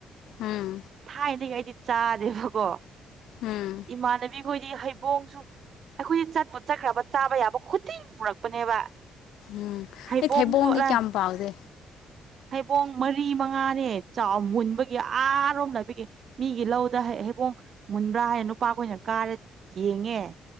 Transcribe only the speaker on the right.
ꯊꯥꯏꯅꯗꯒꯤ ꯑꯩꯗꯤ ꯆꯥꯗꯦꯕꯀꯣ
ꯏꯃꯥꯟꯅꯕꯤ ꯑꯩꯈꯣꯏꯗꯤ ꯍꯩꯕꯣꯡꯁꯨ ꯑꯩꯈꯣꯏꯗꯤ ꯆꯠꯄꯨ ꯆꯠꯈ꯭ꯔꯕ ꯆꯥꯕ ꯌꯥꯕ ꯈꯨꯗꯤꯡ ꯄꯨꯔꯛꯄꯅꯦꯕ
ꯍꯩꯕꯣꯡꯁꯨ
ꯑꯂꯥꯏ
ꯍꯩꯕꯣꯡ ꯃꯔꯤ ꯃꯉꯥꯅꯦ ꯆꯥꯎ ꯃꯨꯟꯕꯒꯤ ꯑꯥꯔꯣꯝ ꯕꯤꯒꯤ ꯃꯤꯒꯤ ꯂꯧꯗ ꯍꯩꯕꯣꯡ ꯃꯨꯟꯕ꯭ꯔꯥ ꯍꯥꯏꯅ ꯅꯨꯄꯥꯈꯣꯏꯅ ꯀꯥꯔ ꯌꯦꯡꯉꯦ